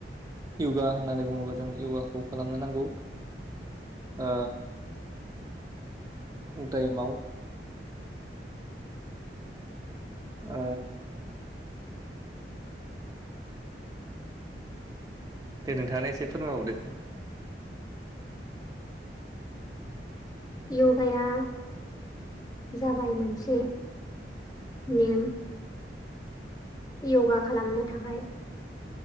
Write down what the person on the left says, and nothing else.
य'गाया जाबाय मोनसे नेम य'गा खालामनो थाखाय